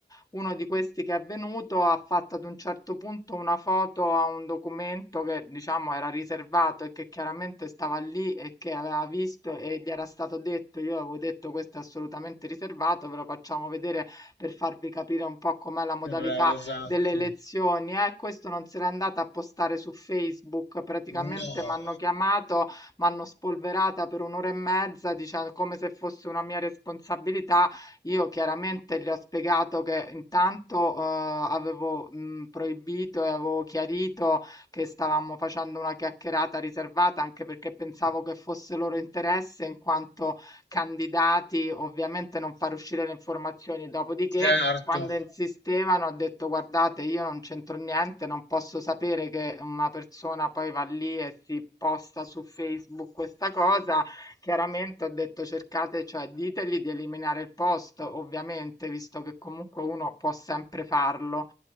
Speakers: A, on the left; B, on the left.
A: uno di questi che è venuto ha fatto ad un certo punto una foto a un documento che diciamo era riservato e che chiaramente stava lì e che aveva visto e gli era stato detto, io avevo detto questo è assolutamente riservato, ve lo facciamo vedere per farvi capire un po' com'è la modalità
B: Re- Esatto.
A: delle elezioni. Eh, questo non se l'è andata a postare su Facebook, praticamente
B: No,
A: mi hanno chiamato, mi hanno spolverata per un'ora e mezza dicendo come se fosse una mia responsabilità io chiaramente gli ho spiegato che intanto, uhm, avevo, mhmm, proibito e avevo chiarito che stavamo facendo una chiacchierata riservata, anche perché pensavo che fosse loro interesse in quanto candidati, ovviamente non far uscire le informazioni. Dopodiché,
B: certo,
A: quando insistevano, ho detto: "Guardate, io non c'entro niente, non posso sapere che una persona poi va lì e si posta su Facebook questa cosa, Chiaramente ho detto cercate, cioè ditegli di eliminare il post, ovviamente, visto che comunque uno può sempre farlo.